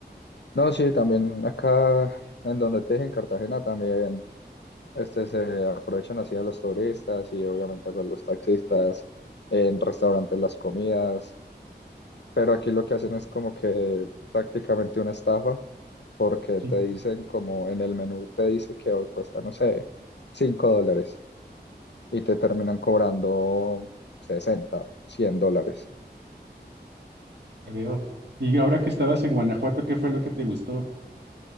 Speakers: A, on the left (about 80°); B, on the right (about 75°).
A: No, sí, también acá en donde te dije, en Cartagena, también este, se aprovechan así a los turistas y obviamente pues, los taxistas, en restaurantes las comidas. pero aquí lo que hacen es como que prácticamente una estafa, porque
B: Sí,
A: te dicen como en el menú te dice que hoy cuesta, no sé, 5 dólares y te terminan cobrando 60 100 dólares.
B: te veo. Y ahora que estabas en Guanajuato, ¿qué fue lo que te gustó?